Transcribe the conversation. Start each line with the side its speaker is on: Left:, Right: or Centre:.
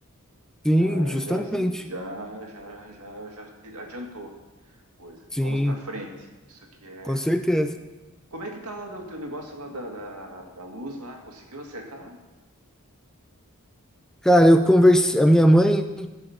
Right: Já,
Centre: Sim, justamente.
Right: já, ajuda- já, já, já, já te- adiantou a coisa.
Centre: Sim,
Right: Vamos para frente. Isso que é.
Centre: com certeza.
Right: Como é que tá lá o teu negócio lá da, da, da luz lá? Conseguiu acertar?
Centre: Cara, eu conversei, a minha mãe,